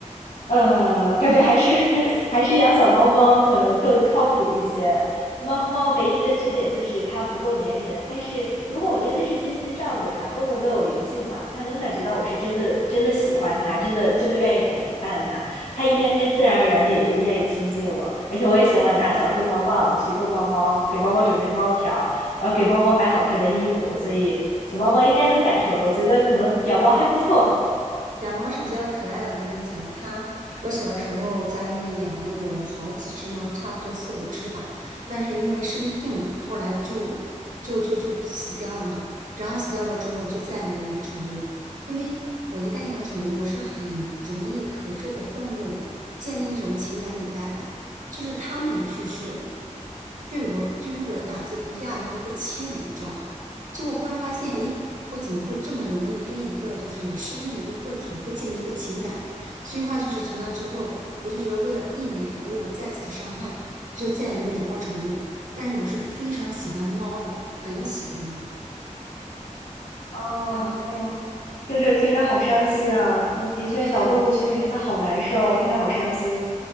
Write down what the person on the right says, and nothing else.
养猫是比较可爱的，我跟你讲，它我小的时候家里面养了有好几只猫，差不多四五只吧。但是因为生病嘛，后来就就就就死掉了嘛。然后死掉过之后，我就再也没有养宠物，因为我一旦养宠物，我是很容易和这个动物建立那种情感纽带的，就是它们的去世对我对于我的打击不亚于一个亲人，你知道吗？就我忽然发现，咦。我怎么会这么容易跟一个就是有生命的一个个体会建立一个情感？所以话就是从那之后，我就觉得为了避免我有再次的伤害，就再也没有养过宠物。但是我是非常喜欢猫的，很喜欢猫。
然后
对，
嗯